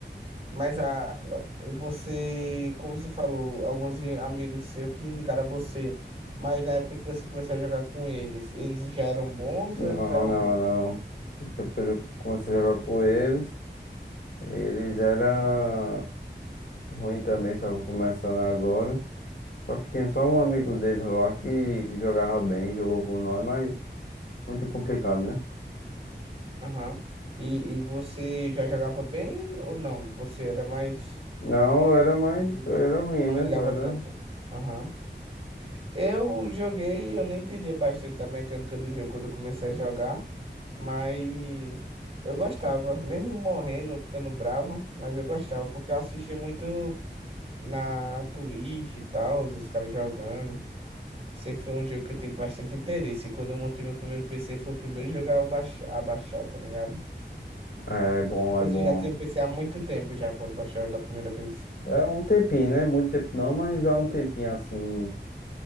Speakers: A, on the right; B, on the left.
A: Mas a, você, como você falou, alguns i- amigos seus que indicaram a você, mas na época que você começou a jogar com eles, eles já eram bons
B: Não,
A: ou eles eram
B: não,
A: ruins?
B: não. Depois eu comecei a jogar com eles. Eles eram. Ruim também, estava começando agora. Só que tinha só um amigo dele lá que jogava bem, jogou com nós, mas muito complicado, né?
A: Aham. E, e você já jogava bem ou não? Você era mais.
B: Não, eu era mais,
A: Não ligava,
B: eu era ruim,
A: não
B: né?
A: ligava
B: Eu era.
A: tanto. Aham. Eu joguei, eu nem entendia bastante da mecânica do jogo quando eu comecei a jogar, mas eu gostava, mesmo morrendo, ficando bravo, mas eu gostava, porque eu assistia muito. na, na Twitch e tal, os caras jogando. Sempre foi um jogo que eu tive bastante interesse. E quando eu montei meu primeiro PC, foi o primeiro jogo a eu baix- a baixar, tá ligado?
B: É, é bom,
A: Você
B: é bom.
A: já tinha PC há muito tempo já, quando baixou ele a primeira vez.
B: É um tempinho, né? Muito tempo não, mas há um tempinho assim,